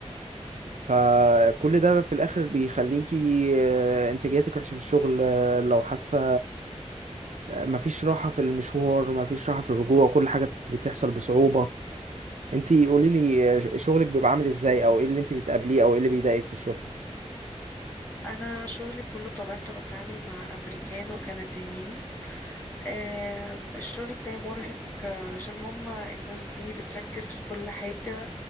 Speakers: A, on the right; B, on the left.
A: فكل ده في الآخر بيخليكي آه، إنتاجيتك وحشة في الشغل آه، لو حاسة آه، مفيش راحة في المشوار مفيش راحة في الرجوع كل حاجة بت- بتحصل بصعوبة انتي قوليلي آه، شغلك بيبقى عامل ازاي او ايه اللي انتي بتقابليه او ايه اللي بيضايقك في الشغل
B: أنا شغلي كله طبيعته بتعامل مع أمريكان وكنديين آه، الشغل بتاعي مرهق آه، علشان هما الناس دي بتركز في كل حاجة